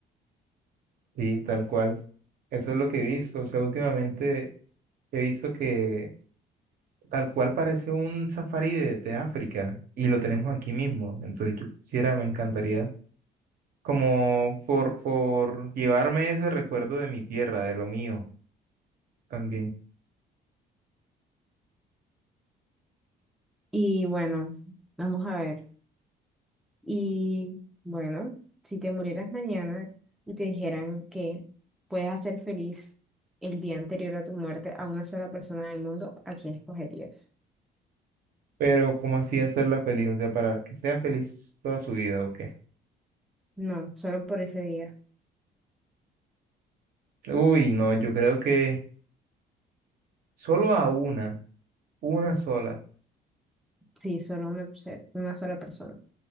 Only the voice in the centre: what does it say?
Y bueno, vamos a ver. Y bueno, si te murieras mañana y te dijeran que puedes hacer feliz el día anterior a tu muerte a una sola persona del mundo, ¿a quién escogerías?
No, solo por ese día.
Sí, solo una, se- una sola persona.